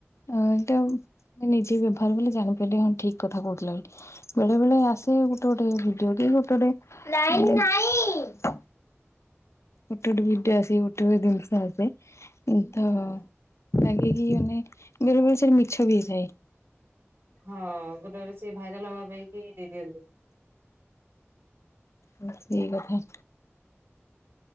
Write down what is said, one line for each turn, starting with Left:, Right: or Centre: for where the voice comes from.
Left: ଆ ଏଇଟା ନିଜେ ବ୍ୟବହାର କଲି ଜାଣିପାରିଲି ହଁ ଠିକ କଥା କହୁଥିଲା ବୋଲି। ବେଳେ ବେଳେ ଆସେ ଗୋଟେ ଗୋଟେ ଭିଡିଓ କି ଗୋଟେ ଗୋଟେ ଏ ଗୋଟେ ଗୋଟେ ଭିଡିଓ ଆସେ ସେଇ ଗୋଟେ ପ୍ରକାର ଜିନିଷ ଆସେ। ଉଁ ତ
Right: ହଁ
Left: ଲାଗେ କିି ମାନେ ବେଳେ ବେଳେ ସେଟା ମିଛ ବି ହେଇଥାାଏ।
Right: ହଁ ଗୋଟେ ଗୋଟେ ସେ ଭାଇରାଲ ହବା ପାଇଁ କି ଦେଇଦିଅନ୍ତି।
Left: ହଁ ସେଇ କଥା।